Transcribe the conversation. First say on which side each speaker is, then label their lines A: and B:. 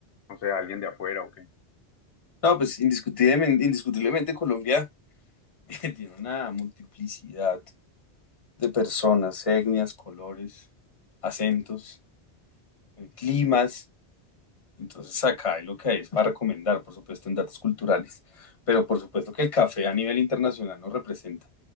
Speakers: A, on the left; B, on the left.
A: no sé, a alguien de afuera o qué.
B: No, pues indiscutiblemente, indiscutiblemente Colombia <laughs> tiene una multiplicidad de personas, etnias, colores, acentos, eh, climas. Entonces acá hay lo que hay es para recomendar, por supuesto, en datos culturales, pero por supuesto que el café a nivel internacional nos representa,